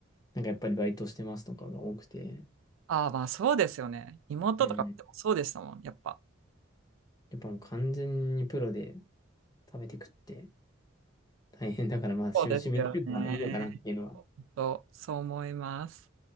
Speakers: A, on the left (about 20°); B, on the right (about 80°).
A: なんかやっぱりバイトしてますとかが多くて、
B: ああ、まあそうですよね。妹とかでもそうでしたもん、
A: うん。
B: やっぱ。
A: やっぱもう完全にプロで食べてくって大変だから、まあ趣味、
B: そうですよね。
A: <laughs> 趣味程度がいいのかなっていうのは
B: そう、そう思います。